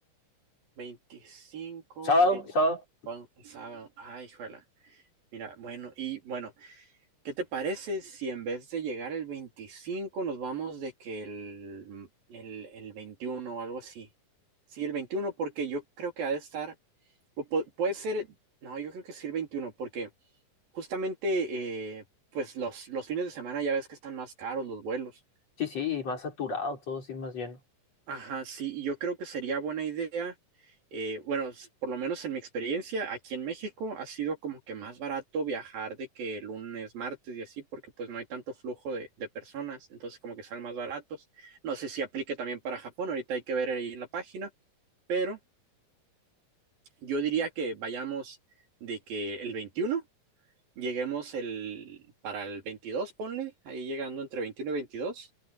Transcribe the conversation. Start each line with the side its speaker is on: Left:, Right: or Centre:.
Right: 25,
Left: Sábado,
Right: el,
Left: sábado.
Right: sábado, ay, juela. Mira, bueno, y bueno, ¿Qué te parece si en vez de llegar el 25 nos vamos de que el, mm, el, el 21 o algo así? Sí, el 21 porque yo creo que ha de estar, o pu- puede ser, no, yo creo que sí el 21 porque justamente eh, pues los, los fines de semana ya ves que están más caros los vuelos.
Left: Sí, sí, y más saturado, todo sí, más lleno.
Right: Ajá, sí, y yo creo que sería buena idea, eh, bueno, s- por lo menos en mi experiencia, aquí en México ha sido como que más barato viajar de que lunes, martes y así, porque pues no hay tanto flujo de, de personas, entonces como que salen más baratos. No sé si aplique también para Japón, ahorita hay que ver ahí en la página, pero yo diría que vayamos de que el veintiuno Lleguemos el, para el 22 ponle, ahí llegando entre 21 y 22.